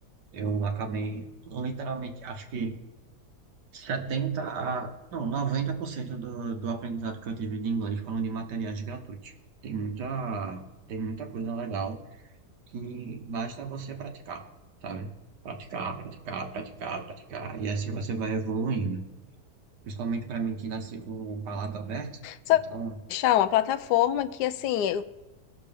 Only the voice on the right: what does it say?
Eu acabei, literalmente, acho que 70 a, não, 90% do, do aprendizado que eu tive de inglês foram de materiais gratuitos. Tem muita, tem muita coisa legal que basta você praticar, sabe? Praticar, praticar, praticar, praticar, e assim você vai evoluindo. Principalmente para mim que nasci com o palato aberto.
Então,